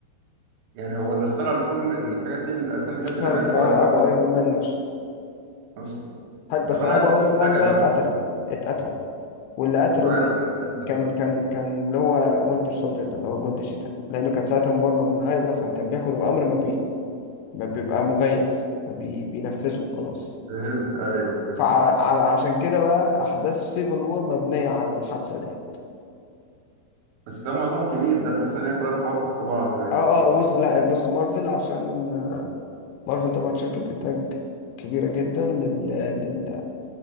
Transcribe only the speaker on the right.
يعني هو اللي اخترع لكل الحاجات دي الاسامي لكابتن
امريكا ويبقى
اصلا
طب انا
عايز افهم
حاجه
بقى
هو غير
امريكا
ده.
فهمت ايوه فهمت
بس ده موضوع كبير ده حاسس ان هي كلها خبطت في بعض زي